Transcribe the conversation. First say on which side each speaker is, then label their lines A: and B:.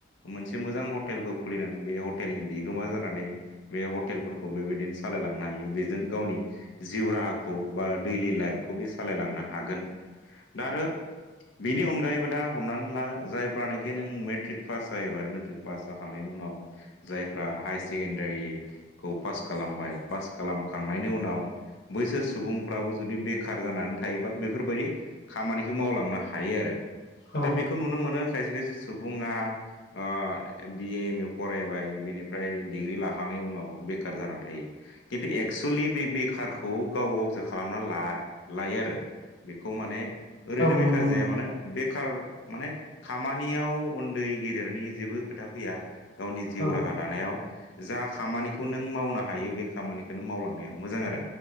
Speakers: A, on the left (about 75°); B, on the left (about 50°).
A: मोनसे मोजां हटेलबो खुलिनानै बे हटेलनि बिगोमा जानानै बे हटेलफोरखौ बिदिनो सालायलांनो हायो। बे जों गावनि जिउ राहाखौ बा दैलि लाइफखौ बे सालायलांनो हागोन। दा आरो बेनि अनगायैबो दा हमनानैला जायफ्रानोखि नों मेट्रिक पास जाहैबाय मेट्रिक पास जाखांनायनि उ नाव जायफ्रा हाइ सेकेण्डारिखौ पास खालामबाय पास खालाम खांनायनि उनाव बैसोर सुबुंफ्राबो जुदि बेखार जानानै थायोबा बेफोरबायदि खामानि खो मावलांनो हायो आरो।
B: औ
A: दा बेखौ नुनो मोनो खायसे खायसे सुबुङा ओ बिए एम ए फरायबाय बिनिफ्राय डिग्रि लाखांनायनि उनाव बेखार जानानै थायो। किन्थु एक सुलि बे बेखारखौ गाव गावसो खालामना ला-लायो आरो बेखौ माने ओरैनो
B: औ
A: बेखार
B: नंगौ
A: जाया
B: नंगौ
A: मानो बे खार माने खामानियाव उन्दै गेदेरनि जेबो खोथा फैया गावनि जिउ
B: औ
A: राहा दानायाव जा खामानिखौ नों मावनो हायो बे खामानिखौ मावलांनायाव मोजां आरो